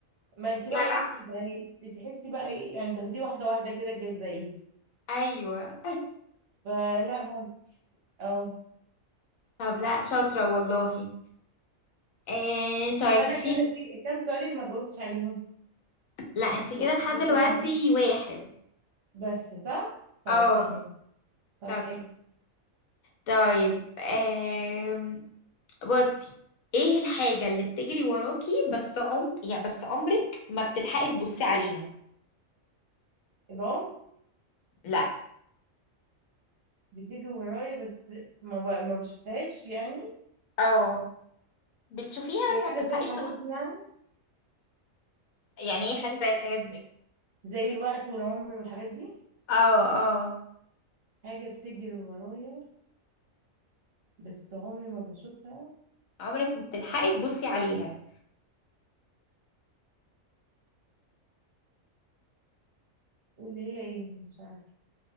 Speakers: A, on the right; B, on the left.
A: ما انت
B: جدع
A: بقى ايه يعني تحسي بقى ايه يعني تاخديه واحده واحده كده تجزئيه
B: ايوه
A: فلا مامتي اه
B: طب لا شاطرة والله آه طيب
A: وانا
B: في
A: كده في كام سؤال اللي ما جاوبتش عليهم
B: لا انت
A: السؤال
B: كده لحد
A: بتاع
B: دلوقتي واحد
A: بس صح طيب
B: اه
A: ماشي. طب
B: شاطر
A: حلو
B: طيب آم، بصي ايه الحاجة اللي بتجري وراكي بس عم يعني بس عمرك ما بتلحقي تبصي عليها
A: العمر
B: لا
A: بتيجي ورايا بس ما ب... ما بشوفهاش يعني
B: اه بتشوفيها
A: هي
B: بس
A: حاجة
B: ما بتلحقيش
A: زي الحاجات
B: تبصي
A: دي يعني
B: يعني ايه حاجة زي الحاجات دي
A: زي الوقت والعمر والحاجات دي
B: اه اه
A: حاجة بتجري ورايا بس عمري ما بشوفها
B: عمرك ما بتلحقي تبصي عليها
A: اللي هي ايه مش عارفة